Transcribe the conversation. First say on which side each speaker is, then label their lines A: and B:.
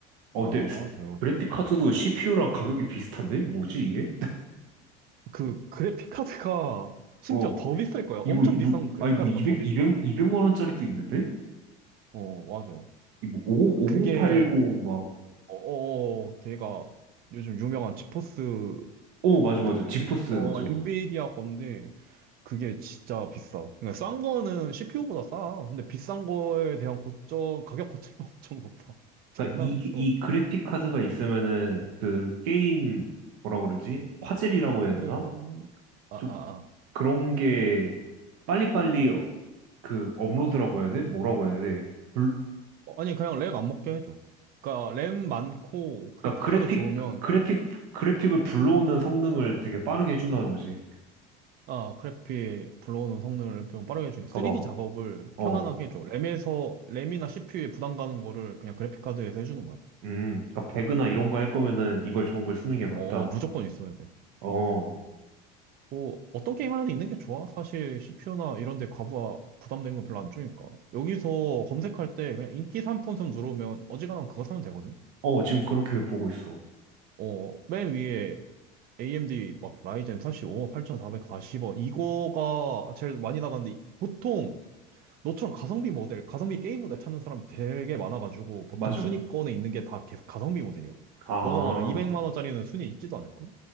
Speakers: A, on the right; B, on the right.
A: 어,
B: 다나와
A: 근데
B: 들어.
A: 그래픽 카드도 CPU랑
B: 어.
A: 가격이 비슷한데? 뭐지, 이게?
B: 그 그래픽 카드가 심지어
A: 어.
B: 더 비쌀 거야. 엄청
A: 이거, 이- 뭐,
B: 비싼 그래픽
A: 아니, 뭐,
B: 카드가
A: 200,
B: 더 비싸.
A: 백 이백 만 원짜리도 있는데?
B: 어 맞아.
A: 이 뭐, 50, 오공
B: 그게
A: 8 0 막.
B: 어어 걔가 요즘 유명한 지포스
A: 어, 맞아, 맞아.
B: 그
A: 지포스,
B: 인- 어
A: 맞아.
B: 엔비디아 건데. 그게 진짜 비싸. 그러니까 싼 거는 CPU보다 싸. 근데 비싼 거에 대한 고점, 가격 고점이 <laughs> 엄청 높아. 장난
A: 그니까, 이,
B: 없어.
A: 이 그래픽 카드가 있으면은, 그, 게임, 뭐라 그러지? 화질이라고 해야
B: 게임이
A: 되나?
B: 아, 아,
A: 좀
B: 아.
A: 그런 게 빨리빨리 어, 그 업로드라고 해야 돼? 뭐라고 해야 돼? 불,
B: 어, 아니, 그냥 렉 안 먹게 해줘. 그러니까 램 많고 그래픽카드
A: 그러니까 그래픽
B: 좋으면
A: 그래픽 그래픽을 불러오는 성능을 되게 빠르게 해준다는 거지.
B: 아, 그래픽 불러오는 성능을 좀 빠르게 해주니
A: 그러니까
B: 3D
A: 막
B: 작업을
A: 어,
B: 편안하게 해줘. 램에서 램이나 CPU에 부담 가는 거를 그냥 그래픽카드에서 해주는 거야.
A: 음, 그러니까 배그나 이런 거 할 거면은 이걸 좋은 걸 쓰는 게 맞다.
B: 어, 무조건 있어야 돼.
A: 어,
B: 뭐 어떤 게임 하나도 있는 게 좋아. 사실 CPU나 이런 데 과부하 부담되는 건 별로 안 주니까. 여기서 검색할 때 그냥 인기 상품성 누르면 어지간하면 그거 사면 되거든.
A: 어, 지금 그렇게 보고 있어.
B: 어, 맨 위에 AMD 막 라이젠 4 5 8440원 이거가 제일 많이 나가는데 보통 너처럼 가성비 모델, 가성비 게임 모델 찾는 사람 되게 많아가지고 보통
A: 맞아.
B: 순위권에 있는 게 다 계속 가성비 모델이야.
A: 아,
B: 너가 말한 200만 원짜리는 순위에 있지도 않을걸?